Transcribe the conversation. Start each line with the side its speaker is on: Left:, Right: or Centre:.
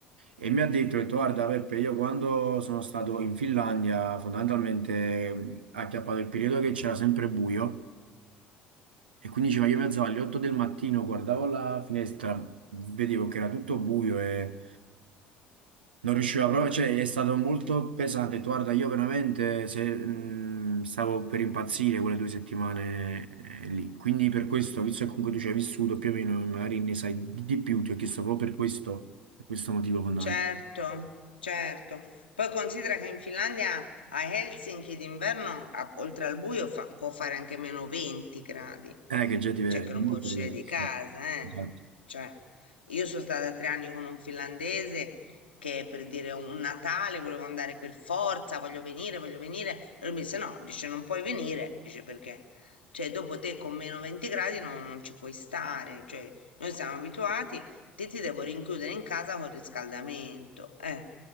Right: e mi ha detto, ho detto, guarda Peppe, io quando sono stato in Finlandia fondamentalmente mh, ha acchiappato il periodo che c'era sempre buio e quindi diceva, io mi alzavo alle 8 del mattino, guardavo la finestra, vedevo che era tutto buio e... Non riuscivo a provare, cioè è stato molto pesante. Guarda, io veramente se- mh, stavo per impazzire quelle due settimane eh, lì. Quindi per questo, visto che comunque tu ci hai vissuto più o meno, magari ne sai di, di più, ti ho chiesto proprio per questo, per questo motivo fondamentale.
Left: Certo, certo. Poi considera che in Finlandia a Helsinki d'inverno, a- oltre al buio, fa- può fare anche meno 20 gradi,
Right: Eh, che già ti è
Left: cioè che
Right: molto
Left: non puoi uscire
Right: diverso.
Left: di casa,
Right: eh.
Left: eh.
Right: Esatto.
Left: Cioè, io sono stata tre anni con un finlandese che per dire un Natale volevo andare per forza, voglio venire, voglio venire. E lui mi disse no, dice non puoi venire, dice perché? Cioè, dopo te con meno 20 gradi non, non ci puoi stare, cioè, noi siamo abituati Te ti devo rinchiudere in casa con riscaldamento. Eh,